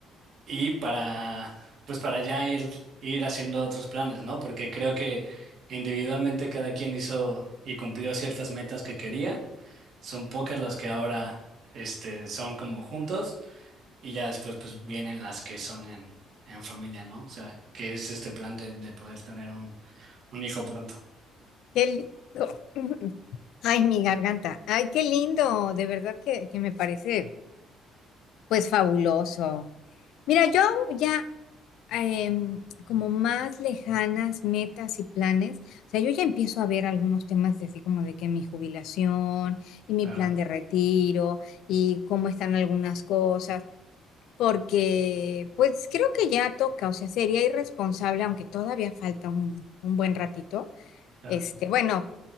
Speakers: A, on the right; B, on the left.
A: y para, pues para ya ir, ir haciendo otros planes, ¿no? Porque creo que individualmente cada quien hizo y cumplió ciertas metas que quería, son pocas las que ahora, este, son como juntos. Y ya después, pues vienen las que son en, en familia, ¿no? O sea, que es este plan de, de poder tener un, un hijo pronto.
B: Qué lindo. <laughs> <clears throat> Ay, mi garganta. Ay, qué lindo. De verdad que, que me parece. Pues fabuloso. Mira, yo ya em, como más lejanas metas y planes, o sea, yo ya empiezo a ver algunos temas de así como de que mi jubilación y mi
A: Claro,
B: plan de retiro y cómo están algunas cosas, porque pues creo que ya toca, o sea, sería irresponsable, aunque todavía falta un, un buen ratito,
A: claro,
B: este, bueno